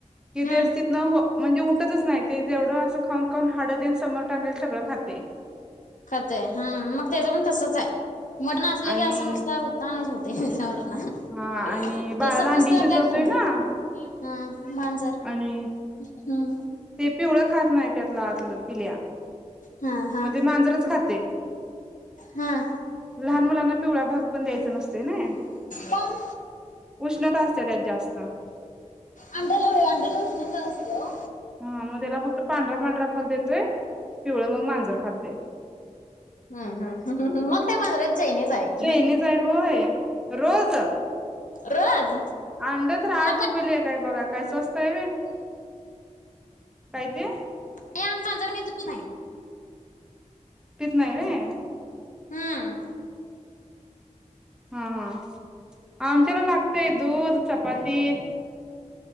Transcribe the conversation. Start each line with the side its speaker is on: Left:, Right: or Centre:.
Centre: कि,
Left: हम्म
Centre: ते तिथं म्हणजे उठतच नाही, ते जेवढं असं खाऊन, खाऊन, हाडतेन समोर टाकलेल सगळं खातय.
Left: खतय हा, मग त्याच पण तसच आहे, मटण असलं
Centre: आणि
Left: की असं नुसत. तणा होतेय तेच्यावरण. ते,
Centre: हा आणि बाळाला
Left: संपूसतवर
Centre: अंडी शिजवतोय
Left: कायखरं, नाही
Centre: ना
Left: हा मांजर
Centre: आणि
Left: हम,
Centre: ते, पिवळं खात नाही त्यात, लातलं पिल्या,
Left: हा हा
Centre: म ते मांजरच खातेय.
Left: हा.
Centre: लहान मुलांना, पिवळा भाग पण द्यायचा नसत नी,
Left: पण
Centre: उष्णता अस त्या, जास्त.
Left: अंड्याला, अंड्याला उष्णता असत्या ओ,
Centre: हा, मग त्याला फक्त पांढरा, पांढरा, भाग देतोय पिवळ मग मांजर खातेय.
Left: हम, हम मग त्या, मांजरा ची चायनीच आहे. की.
Centre: चायनी च आहे होय, रोज
Left: रोज
Centre: अंड तर आठ
Left: मग
Centre: रुपये
Left: काय
Centre: रुपये, एक हाय बघा, काय स्वस्त आहेव्हय, काय ते?
Left: नाही आमच मांजर <unintelligible> बी नाही
Centre: पीत नाही, होय.
Left: हा,
Centre: हा, हा, आमच्याला लागतय दूध, चपाती,